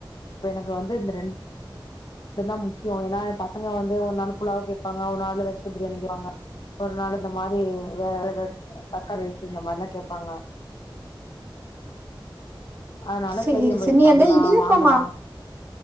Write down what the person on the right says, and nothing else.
சரி,
சரி.
நீ
அந்த இடியாப்ப